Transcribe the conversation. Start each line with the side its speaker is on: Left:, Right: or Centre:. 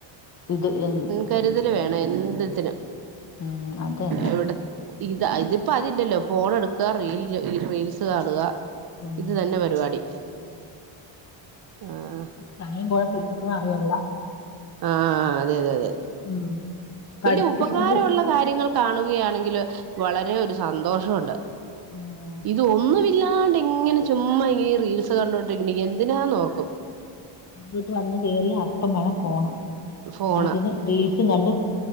Left: ഇത് എ
Right: കരുതൽ വേണം എന്ത്ത്തിനും
Left: ഉം അത് തന്നെ
Right: എവിടെ ഇത് ഇതിപ്പോ അതില്ലല്ലോ ഫോൺ എടുക്കുക റീൽ ഈ റീൽസ് കാണുക
Left: ഉം
Right: ഇത് തന്നെ പരിപാടി ഉം
Left: സമയം പോയത് പിള്ളേക്കോന്നും അറിയല്ല
Right: ആഹ് അതെ അതെ അതെ അതെ
Left: ഉം പഠി
Right: വലിയ ഉപകാരള്ള
Left: സ്കൂൾ
Right: കാര്യങ്ങൾ കാണുകയാണെങ്കിൽ വളരെ ഒരു സന്തോഷണ്ട്
Left: ആഹ്
Right: ഇത് ഒന്നുവി ഇല്ലാണ്ട് ഇങ്ങനെ ചുമ്മാ ഇങ്ങന റീൽസ് കണ്ടോണ്ടിരിക്കുന്ന എന്തിനാന്നോർക്കും
Left: വീട്ടിൽ വന്ന് കേറി അപ്പം മാണം ഫോൺ
Right: ഫോണ്
Left: അതിന് റീൽസ് കണ്ട്